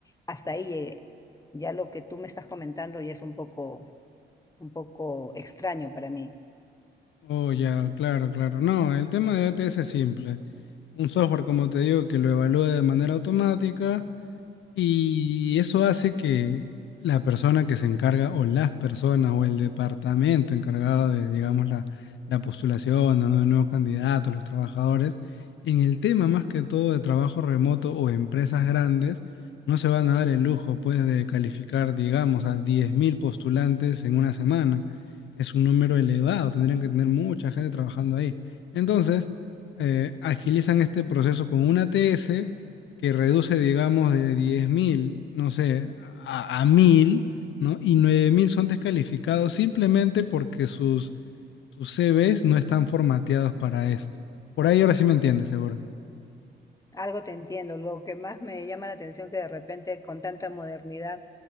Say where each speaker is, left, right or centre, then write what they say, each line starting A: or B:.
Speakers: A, on the left; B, on the left.
A: Hasta ahí llegué. Ya lo que tú me estás comentando ya es un poco, un poco extraño para mí.
B: Oh, ya, claro, claro. No, el tema de ATS es simple. Un software, como te digo, que lo evalúa de manera automática Y eso hace que la persona que se encarga o las personas o el departamento encargado de, digamos, la, la postulación ¿no? de nuevos candidatos, los trabajadores, en el tema más que todo de trabajo remoto o empresas grandes, no se van a dar el lujo, pues, de calificar, digamos, a 10.000 postulantes en una semana. Es un número elevado, tendrían que tener mucha gente trabajando ahí. Entonces, eh, agilizan este proceso con una TS que reduce, digamos, de 10.000 no sé, a, a 1.000, ¿no? Y 9.000 son descalificados simplemente porque sus, sus CVs no están formateados para esto. Por ahí ahora sí me entiendes, seguro.
A: Algo te entiendo. Lo que más me llama la atención que de repente con tanta modernidad,